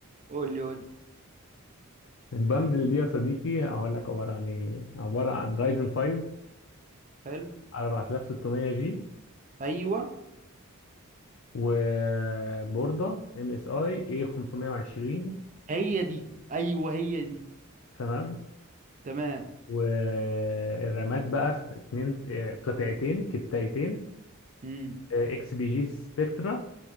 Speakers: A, on the right; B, on the left.
A: قول لي قول لي
B: الباندل دي يا صديقي هقول لك عبارة عن ايه عبارة عن رايزن 5
A: حلو
B: 4600 جي
A: ايوه
B: وبوردة ام اس اي اي 520
A: هي دي ايوه هي دي
B: تمام
A: تمام
B: والرامات بقى اتنين قطعتين كتايتين
A: امم
B: اكس بي جي سبكترا